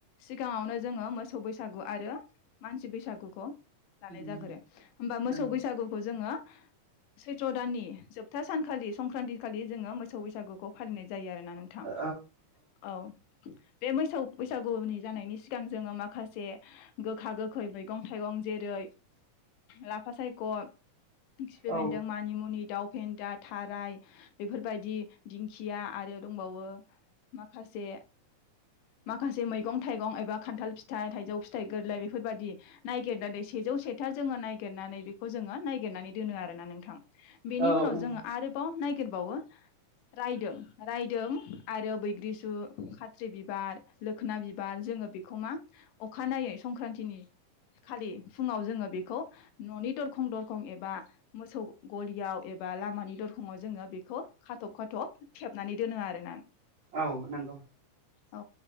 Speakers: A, on the left; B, on the right.
A: सिगाङावनो जोङो मोसौ बैसागु आरो मानसि बैसागुखौ लानाय
B: उम
A: जागोरो होमबा मोसौ
B: नंगौ
A: बैसागुखौ जोङो सैथ्र दाननि जोबथा सानखालि संक्रान्ति खालि जोङो मोसौ बैसागुखौ फालिनाय जायो आरोना नोंथां
B: औ
A: औ बे मैसौ बैसागुनि जानायनि सिगां जोङो माखासे गोखा गोखै मैगं थाइगं जेरै लाफा सायख' खिफि बेन्दों
B: औ
A: मानिमुनि दाउ फेन्दा थाराय बेफोरबायदि दिंखिया आरो दंबावो माखासे माखासे मैगं थाइगं एबा खान्थाल फिथाइ थाइजौ फिथाइ गोरलै बेफोरबायाददि नायगिरनानै सेजौ सेथा जोङो नायगिरनानै बेखौ जोङो नायगिरनानै दोनो आरोना नोंथां बेनि
B: औ
A: उनाव
B: नंगौ
A: जोङो आरोबाव नायगि <unintelligible> बावो रायदों रायदों आरो बैग्रिसु खाथ्रि बिबार लोखोना बिबार जोङो बेखौ मा अखानायै संक्रान्तिनि खालि फुङाव जोङो बेखौ न'नि दरखं दरखं एबा मोसौ गलियाव एबा लामानि दर खङाव जोङो बेखौ खाथब खाथब थेबनानै दोनो आरो
B: औ नंगौ
A: औ